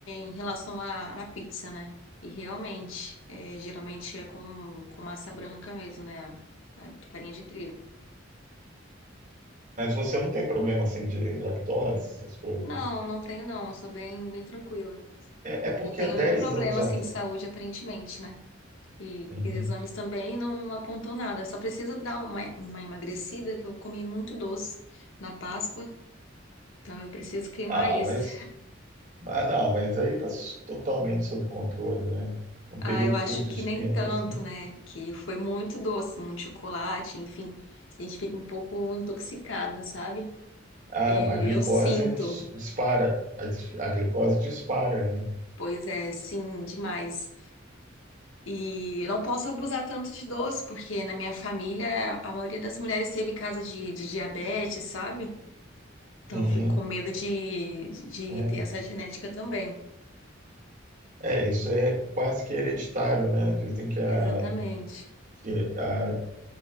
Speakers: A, on the left; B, on the right.
A: em relação à, à pizza, né? E realmente, é, geralmente é com, com massa branca mesmo, né? A de farinha de trigo.
B: Mas você não tem problema assim de lactose, essas coisas.
A: Não, não tenho não, eu sou bem, bem tranquila.
B: É, é porque
A: Não tenho
B: há dez
A: nenhum problema
B: anos
A: assim
B: atrás.
A: de saúde aparentemente, né? E
B: Uhum.
A: fiz exames também e não, não apontou nada. Só precisa dar uma, uma emagrecida, que eu comi muito doce na Páscoa, então eu preciso queimar
B: Ah,
A: isso.
B: mas. Ah, não, mas aí está totalmente sob controle, né? Um
A: Ah,
B: período
A: eu acho
B: curto
A: que
B: de
A: nem
B: tempo,
A: tanto,
B: assim.
A: né? Que foi muito doce, muito chocolate, enfim. A gente fica um pouco intoxicada, sabe?
B: Ah,
A: E
B: a glicose
A: eu sinto,
B: nos dispara. A, dis- a glicose dispara, né?
A: pois é, sim, demais. E eu não posso abusar tanto de doce, porque na minha família a maioria das mulheres teve caso de, de diabetes, sabe? Então,
B: Uhum.
A: fico com medo de, de
B: É.
A: de ter essa genética também.
B: É, isso é quase que hereditário, né? Dizem que a,
A: Exatamente.
B: que a,